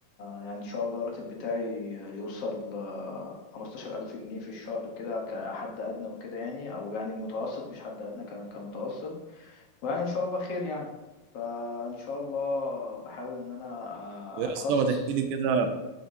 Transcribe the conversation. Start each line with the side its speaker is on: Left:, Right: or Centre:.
Left: يعني ان شاء الله الراتب بتاعي يوصل آه، خمستاشر الف جنيه في الشهر كده كحد ادنى وكده يعني او يعني المتوسط مش حد ادنى ك- كمتوسط ويعني ان شاء الله خير يعني فان شاء الله بحاول ان انا
Right: إيه يا
Left: آه، اتخصص
Right: اسطى ما تحكي لي كده